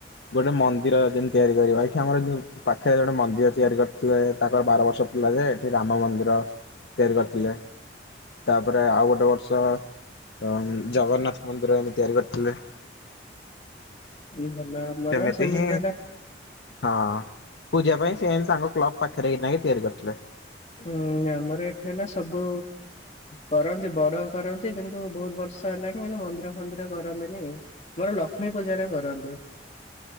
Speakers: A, on the left (about 80°); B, on the left (about 40°).
A: ଗୋଟେ ମନ୍ ତୀର ଯେମତୀ ତିଆରି କରିବ ଏଇଠି ଆମର ଯୋଉ ପାଖରେ ଜଣେ ମନ୍ଦିର ତିଆରି କରିଥିଲେ ତାଙ୍କର ବାର ବର୍ଷ ଥିଲା ଯେ ଏଠି ରାମ ମନ୍ଦିର ତିଆରି କରିଥିଲେ। ତାପରେ ଆଉ ଗୋଟେ ବର୍ଷ ଜଗନ୍ନାଥ ମନ୍ଦିର ଏମିତି ତିଆରି କରିଥିଲେ।
B: <inaudible>
A: ଏମିତି
B: ସେମିତି
A: ହିଁ।
B: ହେଲା
A: ହଁ ପୂଜା ପାଇଁ ସେ ସାଙ୍କ କ୍ଲବ ପାଖରେ କିନା ହିଁ ତିଆରି କରିଥିଲେ।
B: ହୁଁ ଆମର ଏଠି ହେଲା ସବୁ କରନ୍ତି ବଡ କରନ୍ତି କିନ୍ତୁ ବହୁତ ବର୍ଷ ହେଲାଣି କିନ୍ତୁ ମନ୍ଦିର ଫନ୍ଦିର କରନ୍ତିନି। ମୋର ଲକ୍ଷ୍ମୀ ପୂଜାରେ କରନ୍ତି